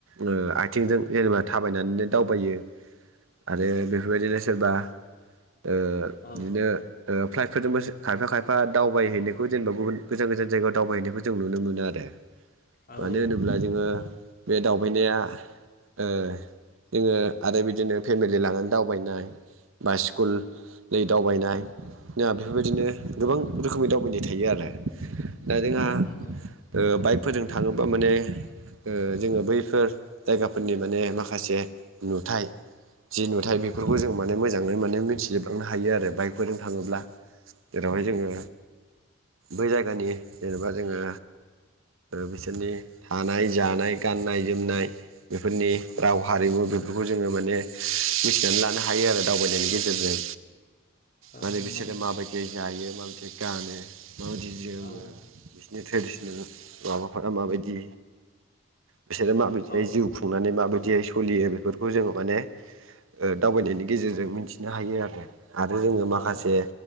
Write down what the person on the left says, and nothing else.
औ
औ
औ नंगौ
औ
औ
नंगौ
औ
औ
औ